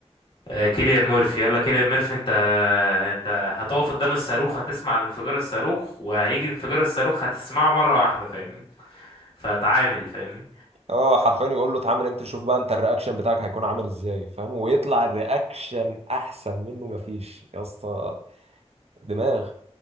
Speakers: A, on the left (about 50°); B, on the right (about 65°).
A: آه، كيليان مورفي يلا كيليان مورفي انت انت هتقف قدام الصاروخ هتسمع الانفجار الصاروخ وهيجي انفجار الصاروخ هتسمعه مره واحده فاهمني فتعامل فاهمني
B: اه حرفيا يقول له اتعامل انت شوف بقى انت الرياكشن بتاعك هيكون عامل ازاي فاهم ويطلع الرياكشن احسن منه مفيش يا اسطى دماغ